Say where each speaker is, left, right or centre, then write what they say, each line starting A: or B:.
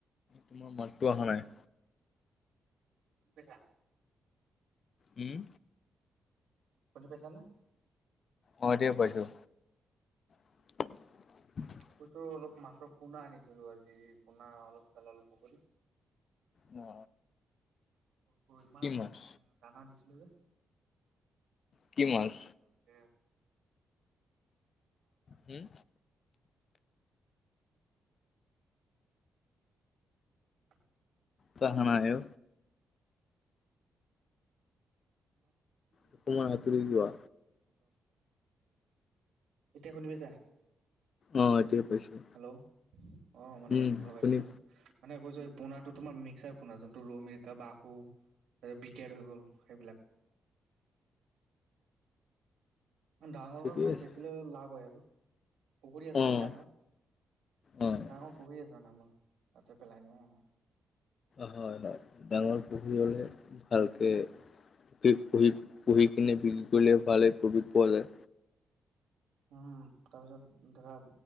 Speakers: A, on the left; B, on the right.
A: তোমাৰ মাতটো আহা নাই।
B: কি কৰিছা?
A: উম।
B: শুনি পাইচা নে?
A: অ এতিয়া পাইছোঁ। <inaudible>
B: কৈছো অলপ মাছৰ পোনা আনিছিলো আজি পোনা অলপ পেলালোঁ পুখুৰীত।
A: অ।
B: হৈ মান
A: কি মাছ?
B: ধুনীয়া দানা দিছিলো যে
A: কি
B: পুৰা
A: মাছ?
B: এতিয়াও লাগ- <unintelligible>
A: হম।
B: <unintelligible> <unintelligible>
A: তাহা নাই অ।
B: মাতটো
A: অকমান
B: <unintelligible>
A: আঁতৰি
B: এক
A: যোৱা।
B: মিনিট হেডফোনটো অফ কৰি এতিয়া শুনি পাইচা?
A: অ এতিয়া পাইছোঁ।
B: হেল্ল' অ মানে
A: উম,
B: হেডফোন লগাইছিলোঁ
A: শুনি
B: যে। মানে কৈছো এই পোনাতটো তোমাৰ মিক্সাৰ পোনা যোনটো ৰৌ মিৰিকা বাকু বিক- কেয়াৰ হৈ গ'ল সেইবিলাক। ডাঙৰ
A: ঠিকেই
B: ডাঙৰ
A: আছে।
B: বেছিলে লাভ হয় আৰু। পুখুৰী আছে
A: উম।
B: যে ডাঙৰ,
A: অ' হয়
B: মোৰ ডাঙৰ পুখুৰী আছে মানে মোৰ তাততে পেলাই দিওঁ অ।
A: হয় হয় ডাঙৰ পুখুৰী হলে ভাল কে পিপ পুহিব পুহি এনে বিল কৰিলে ভালে প্ৰফিত পোৱা যায়।
B: উম তাৰপিছত ধৰা